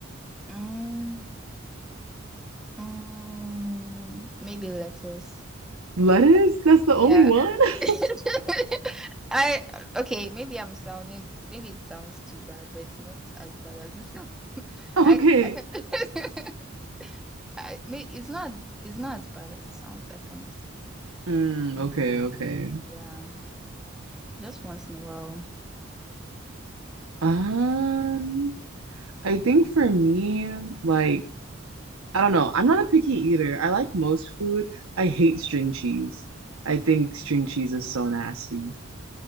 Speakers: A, in the centre; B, on the right.
A: Mm, mm, maybe lettuce.
B: Lettuce?
A: I-
B: That's the only
A: Yeah.
B: one?
A: <laughs>
B: <laughs>
A: I okay, maybe I'm sounding maybe it sounds too bad, but it's not as bad as it sounds. <laughs>
B: Okay.
A: I, I, can- <laughs> I may- it's not it's not as bad as it sounds, I promise.
B: Mm,
A: Just-
B: okay, okay.
A: yeah, just once in a while.
B: Um, I think for me, like, I don't know. I'm not a picky eater. I like most food. I hate string cheese. I think string cheese is so nasty.